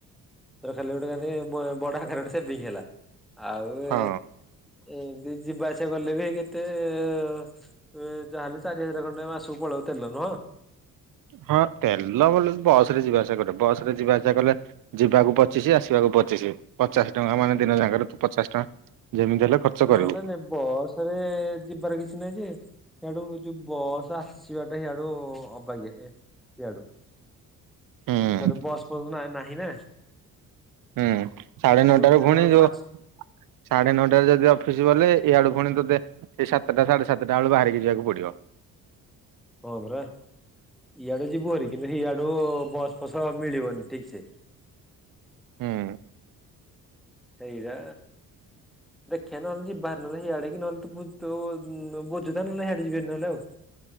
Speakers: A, in the centre; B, on the right.
A: ତୋର ଖାଲି ଗୋଟେ ମାନେ ଖାଲି ବ ବଡ ଆକାରେ ଗୋଟେ ସେଭିଂ ହେଲା। ଆଉ ଏ
B: ହଁ
A: ଏମିତି ଯିବା ସେଭିଙ୍ଗ କଲେ ବି କେତେ ଯାହାହେଲେ ଚାରି ହଜାର ଖଣ୍ଡେ ମାସକୁ ପଳଉ ତେଲ ନୁହଁ।
B: ହଁ ତେଲ ବ ବସ୍ ରେ ଯିବା ଆସିବା କଲେ ବସ୍ ରେ ଯିବା ଆସିବା କଲେ ଯିବାକୁ ପଚିଶି ଆସିବାକୁ ପଚିଶି ପଚାଶ ଟଙ୍କା ମାନେ ଦିନ ଜାଗାରେ ତୁ ପଚାଶ ଟଙ୍କା ଯେମିତି ହେଲେ ଖର୍ଚ୍ଚ
A: ହଁ
B: କରିବୁ
A: ନାଇଁ ନାଇଁ ବସ୍ ରେ-ଏ-ଏ-ଏ ଯିବାର କିଛି ନାଇଁ ଯେ ସେଇଆଡୁ ଯୋଉ ବସ୍ ଆସିବାଟା ସେଇଆଡୁ-ଉ-ଉ-ଉ ଆବାଗ୍ୟା ଏ ସିଆଡୁ
B: ହୁଁ
A: ଚାଲ ବସ୍ <unintelligible> ନାହିଁ ନା
B: ହୁଁ ସାଢେ
A: ସେ
B: ନଅଟାରୁ
A: କହୁଥିଲେ
B: ପୁଣି
A: କଣ
B: ଯୋଉ
A: ପାଞ୍ଚ
B: ସାଢେ ନଅଟାରେ ଯଦି ଅଫିସ ଗଲେ ଏଇଆେଳୁ ଖୁଣି ତେ ସେଇ ସାତଟା ସାଢେ ସାତଟା ବେୁ ବାହାରିକି ଯିବାକୁ ପଡିବ।
A: ହବ୍ର ଏଡ ଜୀିବୁରିକ। କିଇ ଆ। ୁ ବସ୍ ଫସ ମିଳିବନି ଠିକଛ
B: ହୁଁ
A: ସେଇଟା ଦେଖିବା ନହେଲେ ଯିବାରି ନହଲେ ସେିଆଡେ କି ନହେଲେ ତ ବୁଝୁଥା ନହେଲେ ସଇଆଡେ ଯିବି ନହେଲେ ଆଉ